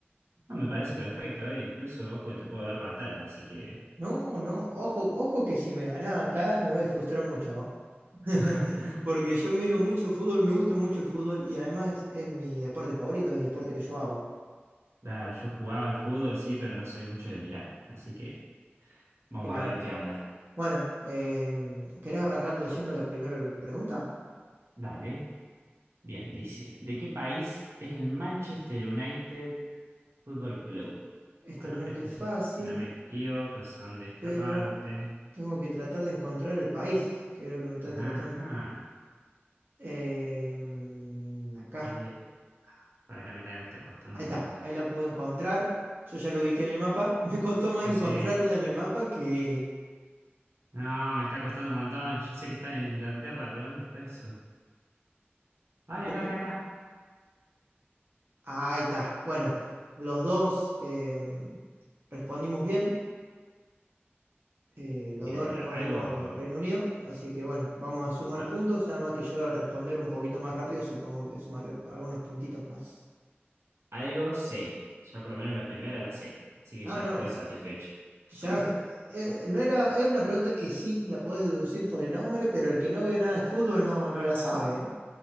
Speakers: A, on the right; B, on the right.
A: No, me parece perfecto, eh, Incluso, ojo, que te puedo dar batalla, así que...
B: No, no, ojo, ojo que si me ganás acá me voy a frustrar mucho, ¿no? <laughs>
A: <laughs>
B: Porque yo miro mucho fútbol, me gusta mucho el fútbol y además es mi deporte favorito, es el deporte que yo hago.
A: Claro, yo jugaba al fútbol, sí, pero no soy mucho de mirar. Así que vamos
B: Claro.
A: a ver qué onda.
B: Bueno, em, ¿querés arrancar leyendo la primera pregunta?
A: Dale. Bien, dice, ¿de qué país es el Manchester United Football Club?
B: Esta
A: Bueno,
B: pregunta
A: estos,
B: es fácil.
A: si no me equivoco, son de esta
B: pero
A: parte.
B: tengo que tratar de encontrar el país, que es lo que me está
A: Ajá.
B: tratando. Em, acá,
A: Eh, para que a mí también me está costando
B: ahí
A: un
B: está,
A: montón.
B: ahí la pude encontrar. Yo ya lo ubiqué en el mapa. <laughs> Me costó
A: Yo
B: más encontrarla
A: sé.
B: en el mapa que...
A: No, me está costando un montón. Yo sé que están en Inglaterra, pero ¿dónde está eso? Ay,
B: vos
A: acá,
B: pe-
A: acá, acá.
B: Ah, Ahí está. Bueno, los dos em, respondimos bien. eh, los
A: Bien,
B: dos
A: mira,
B: respondimos
A: algo,
B: al Reino Unido. Así que bueno, vamos a sumar
A: a-
B: puntos. Nada más que yo al responder un poquito más rápido, supongo que sumaré algunos puntitos más.
A: algo sé. Ya por lo menos la primera la sé. Así que
B: No,
A: ya
B: no.
A: estoy satisfecho.
B: Ya,
A: <laughs>
B: eh, no era, era una pregunta que sí la podés deducir por el nombre, pero el que no ve nada de fútbol no, no la sabe, ¿eh?